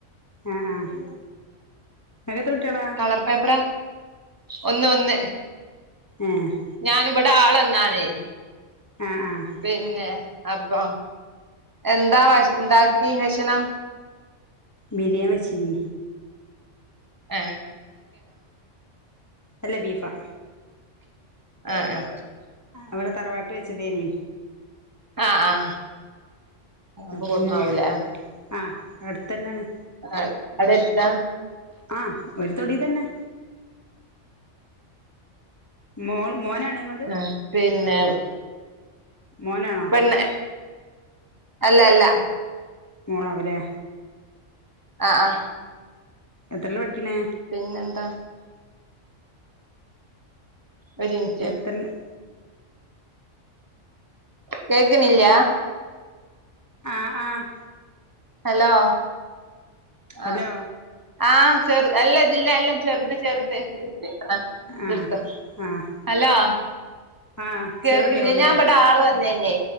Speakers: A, on the left; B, on the right.
A: ആഹ് ആഹ് നിനക്കെത്ര കുട്ടികളാ
B: കളർ പേപ്പറാ ഒന്ന് ഒന്ന്
A: ഏഹ്
B: ഞാന ഇവിടെ ആളെന്നാണേ
A: ആഹ് ആഹ്
B: പിന്നെ അപ്പൊ എന്താ ഉണ്ടാക്കി ഭഷണം
A: ബിരിയ വെച്ചിനി
B: ആഹ്
A: അല്ല ബീഫാ
B: ആഹ് ആഹ്
A: അവിടെ തറവാട്ടി വെച്ചതേനി
B: ആഹ് ആഹ് അപ്പൊ
A: പിന്നെ
B: കൊടുന്നാവൂലേ
A: ആഹ് അടുത്തന്നെയാണ്
B: ആഹ് അവിടെ എടുത്താ
A: ആഹ് ഒരു തൊടി തന്നെ മോൾ മോനാണ് ഇങ്ങളത്
B: ആഹ് പിന്നെ
A: മോനാണോ
B: പിന്നെ അല്ല അല്ല
A: മോളാവൂല്ലേ
B: അഹ് ആഹ്
A: എത്രല്ല പഠിക്ക്ണേ
B: പിന്നെന്താ? ഒരിൻറ്റ്
A: എത്രയിലാ
B: കേക്കിണില്ല
A: ആഹ് ഹ
B: ഹലോ
A: ഹലോ
B: ആഹ് ആഹ് ചെറു എല്ല ജില്ല എല്ലാം ചെറുത് ചെറുത <unintelligible>
A: ആഹ് ആഹ്
B: ഹലോ
A: ആഹ്
B: കേൾക്ക്ല്ല
A: ചെറിയ കുട്ടിയാവൂലേ
B: ഞാൻ പടെ ആൾ വന്നീനി